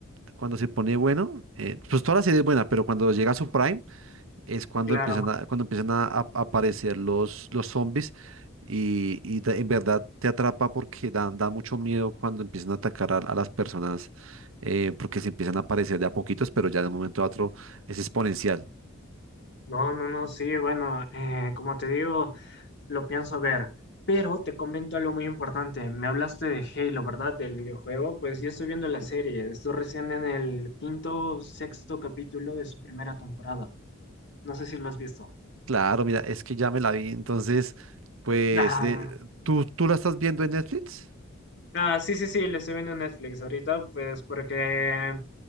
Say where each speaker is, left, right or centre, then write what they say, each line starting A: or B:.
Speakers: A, on the right; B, on the left.
A: cuando se pone bueno, eh, pues toda la serie es buena, pero cuando llega a su prime es cuando
B: Claro.
A: empiezan a, cuando empiezan a, a- a aparecer los, los zombies y, y da- en verdad te atrapa porque da, da mucho miedo cuando empiezan a atacar a, a las personas eh, porque se empiezan a aparecer de a poquitos, pero ya de un momento a otro es exponencial.
B: No, no, no, sí, bueno, eh, como te digo. lo pienso ver. Pero te comento algo muy importante. Me hablaste de Halo, ¿verdad? Del videojuego. Pues yo estoy viendo la serie. Estoy recién en el quinto, sexto capítulo de su primera temporada. No sé si lo has visto.
A: Claro, mira, es que ya me la vi. Entonces, pues,
B: <laughs>
A: de, ¿tú, tú la estás viendo en Netflix?
B: Ah, ah, sí, sí, sí, lo estoy viendo en Netflix ahorita, pues porque